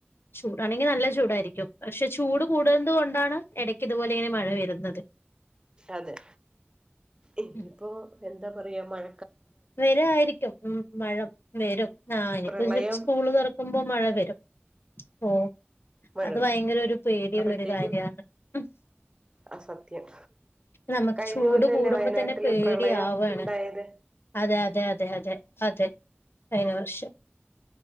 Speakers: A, on the left; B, on the right.
A: ചൂടാണെങ്കിൽ നല്ല ചൂടായി രിക്കും പക്ഷേ ചൂട് കൂടുന്നത് കൊണ്ടാണ് എട ഇതുപോലെ ഇങ്ങനെ മഴ വരുന്നത്
B: അതെ ഇനിയിപ്പോ
A: ഉം
B: എന്താ പറയാ മഴ
A: വരായിരിക്കും ഉ മഴ വരും ആ ഇനിപ്പോ
B: പ്രളയം
A: സ്കൂള് തുറക്കുമ്പോ മഴ വരും ഓ
B: മഴവരും
A: അത് ഭയങ്കര ഒരു പേടിയുള്ളൊരു
B: അപ്പോഴത്തേക്കും
A: കാര്യാണ് ഉം
B: ആ സത്യം
A: നമുക്ക്
B: കഴിഞ്ഞ
A: ചൂട്
B: കൊല്ലല്ലേ
A: കൂടുമ്പോ
B: വയനാട്ടില്
A: തന്നെ പേടിയാവാണ്
B: പ്രളയം ഉണ്ടായത്
A: അതെ അതെ അതെ അതെ അതെ കഴിഞ്ഞ വർഷം